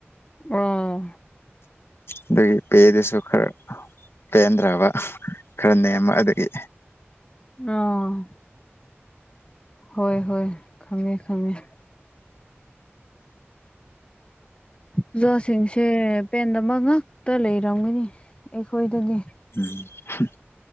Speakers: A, on the left; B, on the left.
A: ꯑꯥ
B: ꯑꯗꯒꯤ ꯄꯦꯗꯨꯁꯨ ꯈꯔ ꯄꯦꯟꯗ꯭ꯔꯕ ꯈꯔ ꯅꯦꯝꯃꯛ ꯑꯗꯒꯤ
A: ꯑꯣ ꯍꯣꯏ ꯍꯣꯏ ꯈꯪꯉꯦ ꯈꯪꯉꯦ ꯎꯖꯥꯁꯤꯡꯁꯦ ꯄꯦꯟ ꯑꯃ ꯉꯇ ꯂꯩꯔꯝꯒꯅꯤ ꯑꯩꯈꯣꯏꯗꯗꯤ
B: ꯎꯝ